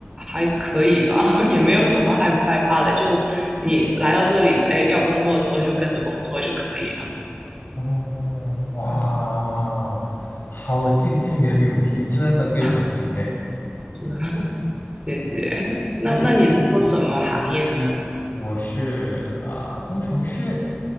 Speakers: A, on the right; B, on the left.
A: 还可以吧，<laughs> 也没有什么害不害怕的。就你来到这里，哎，要工作的时候就跟着工作就可以了。
B: 哦，哇，
A: 嗯，
B: 好敬佩你的勇气，真的非常敬佩。
A: <laughs> 啊是的，<laughs> 谢谢。那那你是做什么行业的呢？
B: 因为嗯我是啊、工程师，